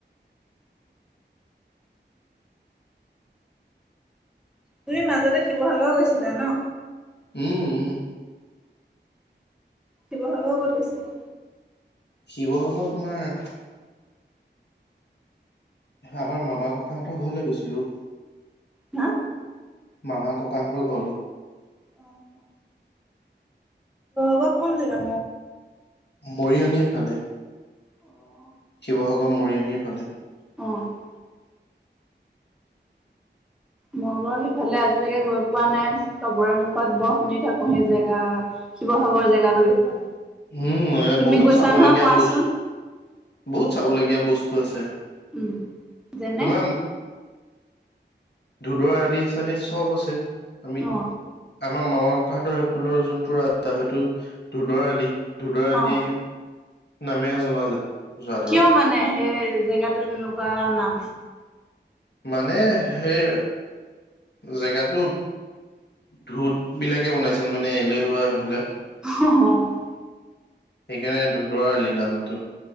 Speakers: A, in the centre; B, on the left (about 65°).
A: তুমি, মাজতে শিৱসাগৰও গৈছিলা ন?
B: উম, উম
A: শিৱসাগৰ ক'ত গৈছিলে?
B: শিৱসাগৰ তোমাৰ আমাৰ মামা ককাহঁতৰ ঘৰলৈ গৈছিলোঁ
A: হা
B: মামা ককাহঁতৰ ঘৰলৈ
A: অ', হব কোন জেগা
B: মৰিয়নি ফালে
A: অ',
B: শিৱসাগৰ মৰিয়নিৰ ফালে
A: অ', - মই, বাৰু সেইফালে আজিলৈকে গৈ পোৱা নাই, চবৰে মুখত বৰ শুনি থাকো সেই জেগা শিৱসাগৰ জেগাটো বিষয়
B: উম এ
A: তুমি
B: বহুত
A: গৈছা
B: চাবলগীয়া
A: নহয় কোৱাচোন
B: বস্তু বহুত চাবলগীয়া বস্তু আছে
A: উম, যেনে
B: তোমাৰ ধোদৰ আলি চালি চব আছে আমি
A: অ
B: আমাৰ মামা ককাহঁতৰ সেইফালৰ যোনটো ৰাস্তা, হয়তটো ধোদৰালি ধুদৰ আলি
A: অ
B: নামে জনাজাত।
A: কিয়
B: আৰু
A: মানে সেই জেগাতো তেনেকুৱা নাম।
B: মানে সেই, জেগাটোত। ধোত বিলাকে বনাইছিল মানে এলেৈহুৱা সেইবিলাক।
A: <inaudible>
B: সেইকাৰণে ধুদৰ আলি নামটো।